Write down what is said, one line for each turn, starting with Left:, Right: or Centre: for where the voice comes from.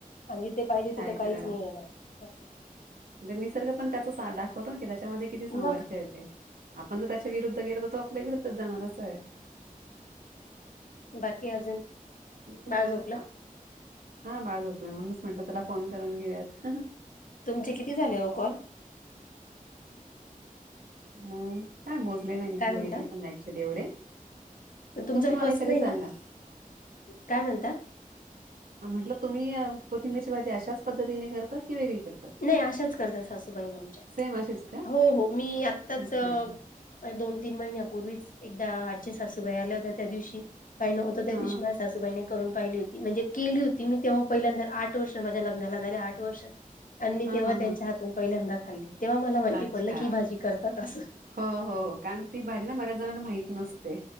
Left: आणि जिथे पाहिजे
Right: काय
Left: तिथे
Right: करणार
Left: काहीच नाही येणार असं.
Right: निसर्ग पण त्याचाच स दाखवतो ना की त्याच्यामध्ये किती सामर्थ्य
Left: मग
Right: आहे. आपण जर त्याच्या विरुद्ध गेलो तर तो आपल्या विरुद्धच जाणार असं आहे.
Left: बाकी अजून
Right: हम्म
Left: बाळं
Right: बस
Left: झोपलं?
Right: आता हा बाळ झोपलंय म्हणूनच म्हटलं तुला फोन करून घेऊयात.
Left: तुमचे किती झाले हो कॉल?
Right: हम्म काय मोजले नाही
Left: काय
Right: मी
Left: म्हणता
Right: बघितली पण नाही <unintelligible> एवढे
Left: तुमचा
Right: तुमची मला
Left: फर्स्ट
Right: एखादी
Left: नाही
Right: सांगा
Left: ना काय म्हणता?
Right: अह म्हटलं तुम्ही कोथिंबीरची भाजी अशाच पद्धतीने करतात की वेगळी करत.
Left: नाही अशाच करत सासूबाई आमच्या
Right: सेम अशीच का
Left: हो हो मी आत्ताच
Right: अच्छा
Left: अह
Right: अच्छा
Left: मागे दोन तीन महिन्यापूर्वीच एकदा आज्या सासूबाई आल्या होत्या त्या दिवशी काही नव्हतं त्या
Right: हा
Left: दिवशी माझ्या सासू बाईने करून पाहिली होती म्हणजे केली होती मी तेव्हा पहिल्यांदा आठ वर्ष माझ्या लग्नाला झाले आठ वर्ष आणि मी
Right: हा
Left: तेव्हा
Right: हा हा
Left: त्यांच्या
Right: हा
Left: हातून पहिल्यांदा खाल्ली तेव्हा मला माहिती
Right: अच्छा.
Left: पडलं की ही भाजी करतात असं.
Right: हो हो कारण ती भाजी ना बऱ्याच जणांना माहित नसते.